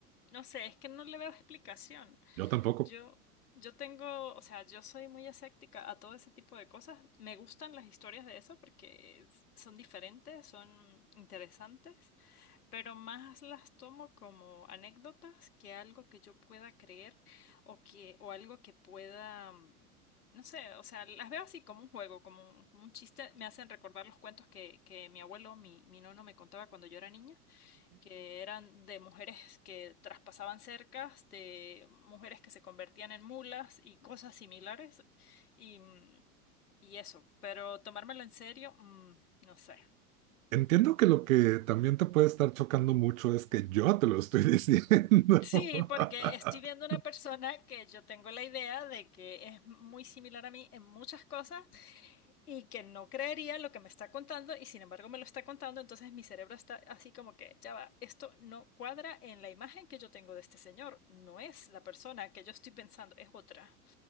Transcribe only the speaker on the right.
Yo tampoco.
Entiendo que lo que también te puede estar chocando mucho es que yo te lo estoy diciendo.
<laughs>